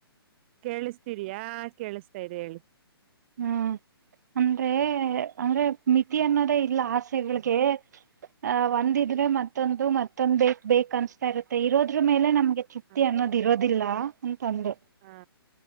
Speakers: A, on the right; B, on the right.
A: ಕೇಳಸ್ತಿದಿಯ ಕೇಳಿಸ್ತಾ ಇದೆ ಹೇಳಿ
B: ಹ್ಮ್ ಅಂದ್ರೆ ಅಂದ್ರೆ ಮಿತಿ ಅನ್ನೋದೇ ಇಲ್ಲ ಆಸೆಗಳಿಗೆ ಆ ಒಂದಿದ್ರೆ ಮತ್ತೊಂದು ಮತ್ತೊಂದ್ ಬೇಕ್ ಬೇಕ್ ಅನ್ಸ್ತಾ ಇರುತ್ತೆ ಇರೋದ್ರ ಮೇಲೆ ನಮ್ ತೃಪ್ತಿ
A: ಹ
B: ಅನ್ನೋದ ಇರೋದಿಲ್ಲ ಅಂತ ಅಂದ್ರೆ
A: ಹಾ